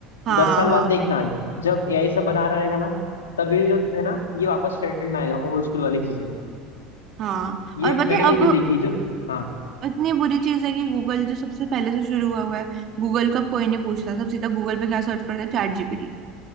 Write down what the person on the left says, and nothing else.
दस साल
बाद
देखना जब एआई सब बना रहेगा ना तब ये जो है ना ये वापस ट्रेंड में आएगा ओल्ड स्कूल वाली चीजें
ये
मैंने
ये जो देखी है जो हाँ